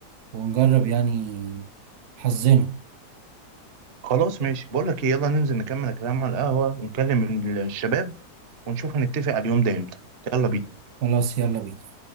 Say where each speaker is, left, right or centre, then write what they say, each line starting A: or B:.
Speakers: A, on the right (about 75°); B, on the right (about 45°).
A: ونجرب يعني حظنا
B: خلاص ماشي بقول لك ايه يلا ننزل نكمل الكلام على القهوة ونكلم الشباب ونشوف هنتفق على اليوم ده امتى يلا بينا
A: خلاص يلا بينا